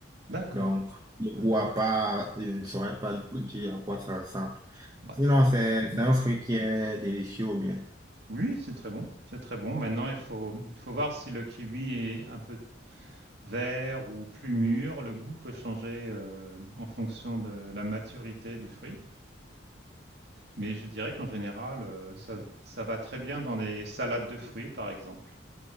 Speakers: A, on the right; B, on the right.
A: D'accord.
B: Donc, le
A: D'accord.
B: goût à part, je ne saurais pas dire à quoi ça ressemble.
A: Bah,
B: Sinon,
A: c'est
B: c'est
A: c'est bon.
B: c'est un fruit qui est délicieux ou bien.
A: Oui, c'est très bon. C'est très bon. Maintenant, il faut, il faut voir si le kiwi est un peu vert ou plus mûr. Le goût peut changer euh, en fonction de la maturité du fruit. Mais je dirais qu'en général, euh, ça, ça va très bien dans des salades de fruits, par exemple.